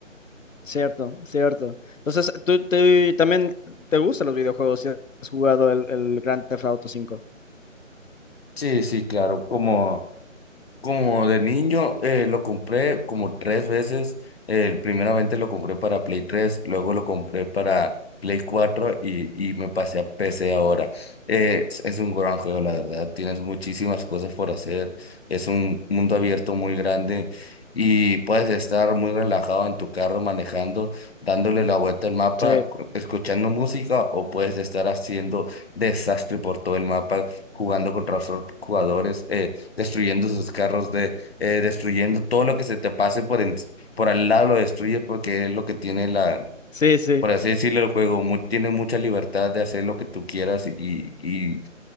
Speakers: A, on the left; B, on the left.
A: cierto, cierto. Entonces, ¿tú, tú también te gustan los videojuegos si has jugado el, el Grand Theft Auto 5?
B: Sí, sí, claro, como... Como de niño, eh, lo compré como tres veces. Eh, primeramente lo compré para Play tres luego lo compré para Play 4 y, y me pasé a PC ahora. Eh, es, es un gran juego, la verdad. Tienes muchísimas cosas por hacer. Es un mundo abierto muy grande y puedes estar muy relajado en tu carro manejando, dándole la vuelta al mapa,
A: Sí,
B: cu- escuchando música o puedes estar haciendo desastre por todo el mapa, jugando contra otros jugadores. eh, destruyendo sus carros, de, eh, destruyendo todo lo que se te pase por, en- por al lado, lo destruyes porque es lo que tiene la,
A: sí, sí.
B: por así decirlo, el juego, mu- tiene mucha libertad de hacer lo que tú quieras y, y,